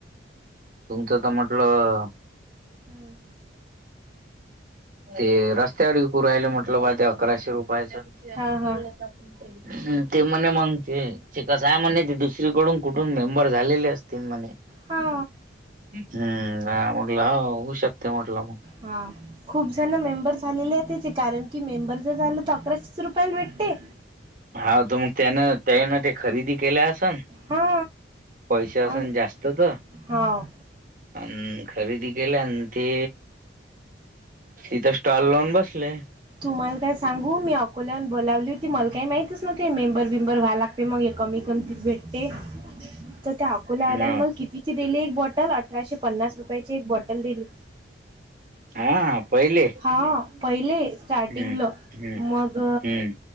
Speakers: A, on the right; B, on the right.
A: तुमचं तर म्हटलं
B: हम्म
A: ते रस्त्यावर विकू राहील म्हटलं बा ते अकराशे रुपयाच. ह
B: हा हा
A: ते म्हणे मग ते ते कसंय म्हण ते दुसरीकडून कुठून मेंबर झालेले असतील म्हणे.
B: हा
A: हम्म म्हटलं होऊ शकते म्हटलं मग.
B: हा खूप जण मेंबर झालेले आहेत त्याचे कारण की मेंबर जर झालं तर <unintelligible> रुपयाल भेटते?
A: हा तर मग त्यान त्यान ते खरेदी केल्या असेल.
B: हा
A: पैसे
B: हा
A: असन
B: अन
A: जास्तत.
B: हाव
A: अ खरेदी केल्या आणि ते. इथं स्टॉल लावून बसले.
B: तुम्हाला काय सांगू मी अकोल्यान बोवली होती मला काही माहितच न्हवती ते मेंबर बंबर व्हा लागत. ते मग कमी किमतीत भेटते तर त्या कुलावल्यान
A: ह
B: मग कितीची दिली एक बॉटल अठराशे पन्नास रुपयाची एक बॉटल दिली.
A: हा पहिले!
B: हां पहिले स्टार्टिंगलं
A: हम्म हम्म
B: मग.
A: हम्म.